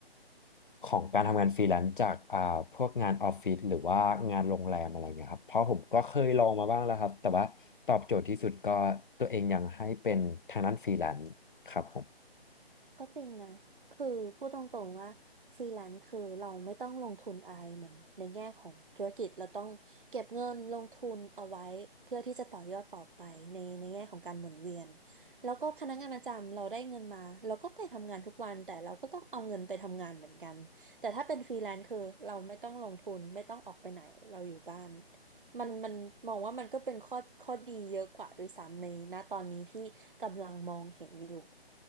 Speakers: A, on the left; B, on the right.
A: ของการทำงานฟรีแลนซ์จากอ่าพวกงานออฟฟิศหรือว่างานโรงแรมอะไรเงี้ยครับเพราะผมก็เคยลองมาบ้างแล้วครับแต่ว่าตอบโจทย์ที่สุดก็ตัวเองยังให้เป็นทางด้านฟรีแลนซ์ครับผม
B: ก็จริงนะคือพูดตรงๆว่าฟรีแลนซ์คือเราไม่ต้องลงทุนอะไรเหมือนในแง่ของธุรกิจเราต้องเก็บเงินลงทุนเอาไว้เพื่อที่จะต่อยอดต่อไปในในแง่ของการหมุนเวียนแล้วก็พนักงานประจำเราได้เงินมาเราก็ไปทำงานทุกวันแต่เราก็ต้องเอาเงินไปทำงานเหมือนกันแต่ถ้าเป็นฟรีแลนซ์คือเราไม่ต้องลงทุนไม่ต้องออกไปไหนเราอยู่บ้านมันมันมองว่ามันก็เป็นข้อข้อดีเยอะกว่าด้วยซ้ำในณตอนนี้ที่กำลังมองเห็นอยู่